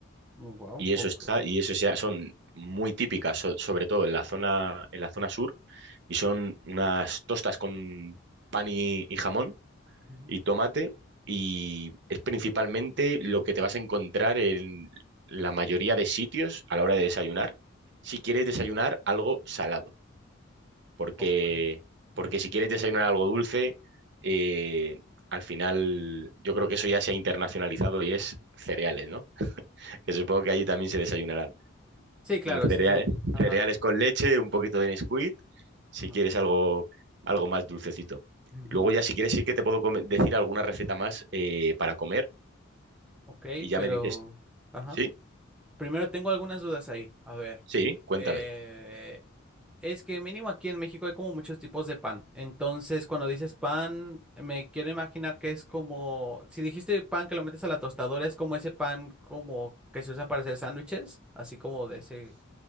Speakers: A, in the centre; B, on the right.
A: Wow,
B: Y
A: ok.
B: eso está, y eso ya son muy típicas, so- sobre todo en la zona, en la zona sur, y son unas tostas con pan y, y jamón
A: ujú,
B: y tomate, y es principalmente lo que te vas a encontrar en la mayoría de sitios a la hora de desayunar, si quieres desayunar algo salado, porque,
A: ok,
B: porque
A: ajá.
B: si quieres desayunar algo dulce, eh, al final yo creo que eso ya se ha internacionalizado y es cereales, ¿no? <laughs> Que supongo que allí también se desayunarán.
A: Sí, claro,
B: Mm, Cereales,
A: sí, sí. Ajá.
B: cereales con leche, un poquito de Nesquik, si
A: Ajá.
B: quieres algo, algo más dulcecito.
A: <laughs>
B: Y Luego ya si quieres sí que te puedo come- decir alguna receta más eh, para comer
A: Ok,
B: y ya
A: pero...
B: me dices,
A: Ajá.
B: sí,
A: Primero tengo algunas dudas ahí. A ver.
B: sí, cuéntame.
A: eh, es que mínimo aquí en México hay como muchos tipos de pan. Entonces, cuando dices pan, me quiero imaginar que es como... Si dijiste pan que lo metes a la tostadora, es como ese pan como que se usa para hacer sándwiches. Así como de ese...